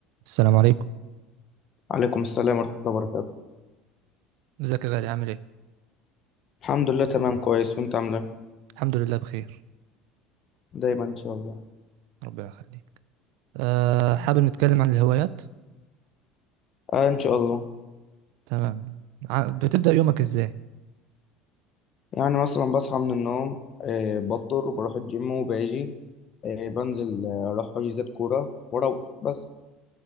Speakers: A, on the right; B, on the left.
A: السلام عليكم
B: عليكم السلام ورحمة الله وبركاته
A: ازيك يا غالي عامل ايه
B: الحمد لله تمام كويس وانت عامل ايه
A: الحمد لله بخير
B: دايما ان شاء الله
A: ربنا يخليك أه حابب نتكلم عن الهوايات
B: آه ان شاء الله
A: تمام ع- بتبدأ يومك ازاي
B: يعني مثلا بصحى من النوم آه بفطر وبروح الجيم وباجي آه بنزل آه، اروح حجوزات كورة واروح بس